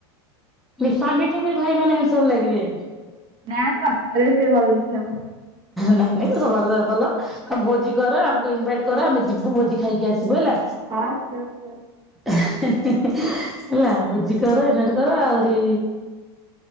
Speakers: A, in the centre; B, on the right (about 35°).
A: ମି ସ୍ୱାମୀଠୁ ବି ଭାଇମାନେ ହେଣ୍ଡସମ୍ ଲାଗିବେ।
B: ନାଁ ସତରେ ସେ ଭଲ ଦେଖିବାକୁ।
A: ନାଇଁ ନାଇଁ ତ ଭଲ ଭଲ ତମେ ଭୋଜି କର ଆମକୁ ଇନଭାଇଟ କର ଆମେ ଜି୍ ଯିବୁ ଭୋଜି
B: ହଁ
A: ଖାଇକି ଆସିବୁ ହେଲା।
B: ହଁ। Sure sure.
A: ହେଲା ଭୋଜି କର ଇନ୍ଭାଇଟ କର ଆହୁରି